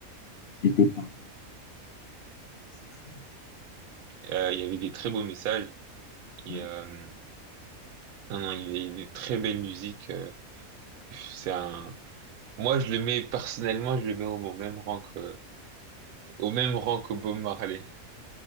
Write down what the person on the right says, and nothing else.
Euh, il y avait des très beaux messages. Et,
euh, non non, il est, il est très belle musique. euh, c'est un, moi je le mets personnellement, je le mets au, au même rang que au même rang que Bob Marley.